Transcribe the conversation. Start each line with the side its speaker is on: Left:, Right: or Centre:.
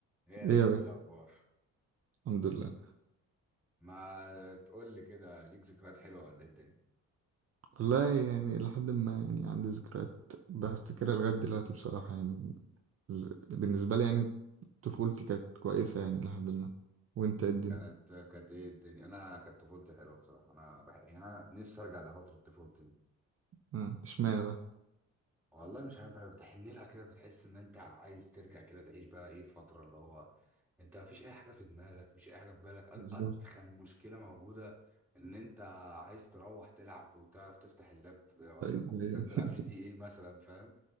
Centre: ايه يا نجم
Right: ايه يا باشا
Centre: ايه الاخبار
Right: الحمد لله
Centre: ما تقول لي كده ليك ذكريات حلوه ولا ايه الدنيا
Right: والله يعني لحد ما يعني عندي ذكريات بفتكرها لغاية دلوقتي بصراحة يعني ز- بالنسبة لي يعني طفولتي كانت كويسة يعني لحد ما وانت إيه الدنيا
Centre: كانت كانت ايه الدنيا انا كانت طفولتي حلوه بصراحه انا بح... يعني انا نفسي ارجع لفتره طفولتي دي
Right: آه، اشمعنى بقى
Centre: والله مش عارف بتحن لها كده بتحس ان انت عايز ترجع كده تعيش بقى ايه فتره اللي هو انت مفيش اي حاجه في دماغك مفيش اي حاجه في بالك أ-
Right: بالظبط
Centre: اتخن مشكله موجوده ان انت عايز تروح تلعب وتعرف تفتح اللاب ولا
Right: أيوة،
Centre: الكمبيوتر
Right: أيوة.
Centre: تلعب جي تي
Right: <laughs>
Centre: ايه مثلا فاهم